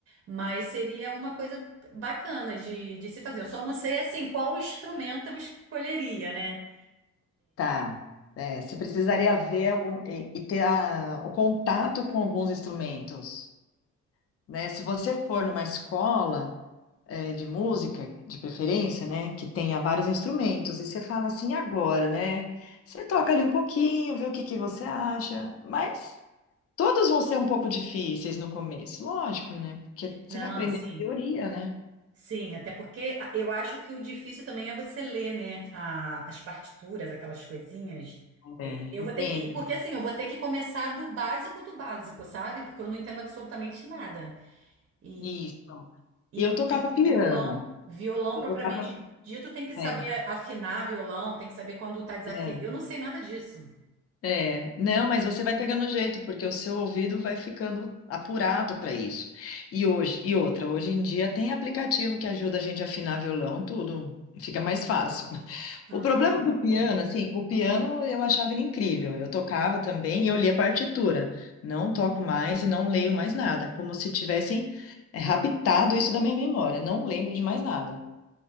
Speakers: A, on the right; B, on the left.
A: Mas seria uma coisa bacana de, de se fazer. Eu só não sei, assim, qual instrumento eu escolheria, né?
B: Tá. É, você precisaria ver algum e, e ter a- o contato com alguns instrumentos, né? Se você for numa escola é, de música, de preferência, né, que tenha vários instrumentos, e você fala assim agora, né? Você toca ali um pouquinho, vê o que que você acha, mas todos vão ser um pouco difíceis no começo, lógico, né? Porque você
A: Não,
B: vai aprender
A: sim.
B: a teoria, né?
A: Sim, até porque a- eu acho que o difícil também é você ler, né, a- as partituras, aquelas coisinhas. É,
B: É,
A: eu
B: menina,
A: vou ter que, porque assim, eu vou ter que começar do básico do básico, sabe? Porque eu não entendo absolutamente nada. E,
B: isso.
A: e,
B: E eu tocava
A: e, tipo,
B: piano.
A: violão, violão
B: Eu
A: propriamente
B: tocava,
A: dito, tem que saber
B: é.
A: afinar violão, tem que saber quando tá desafiando.
B: é.
A: Eu não sei nada disso.
B: É, não, mas você vai pegando o jeito, porque o seu ouvido vai ficando apurado para isso. E hoje, e outra, hoje em dia tem aplicativo que ajuda a gente a afinar violão, tudo fica mais fácil. <laughs>
A: Ah,
B: O problema
A: boa.
B: do piano, assim, o piano eu achava ele incrível. Eu tocava também e eu lia partitura. Não toco mais e não leio mais nada, como se tivessem é, raptado isso da minha memória. Não lembro de mais nada.